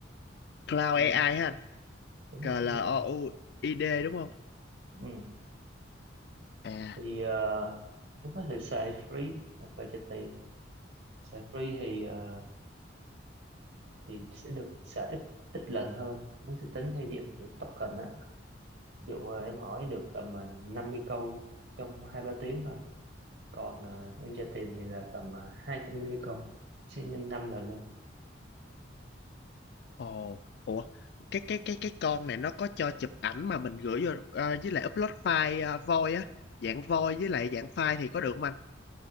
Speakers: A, on the left; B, on the right.
A: Cloud
B: ừ,
A: AI ha
B: đúng rồi
A: C L
B: đúng rồi
A: O U I D đúng không
B: ừ.
A: à
B: thì ờ, nó có thể xài free hoặc là trả tiền xài free thì ờ, thì sẽ được xài ít ít lần hơn nó sẽ tính theo dạng kiểu token á ví dụ ờ, em hỏi được tầm ờ, 50 câu trong hai ba tiếng thôi còn ờ, em tra tiền thì là tầm ờ, 250 câu sẽ nhân năm lần lên
A: ồ ủa cái cái cái cái con này nó có cho chụp ảnh mà mình gửi vô ờ, với lại upload file uh, voi á dạng voi với lại dạng file thì có được không anh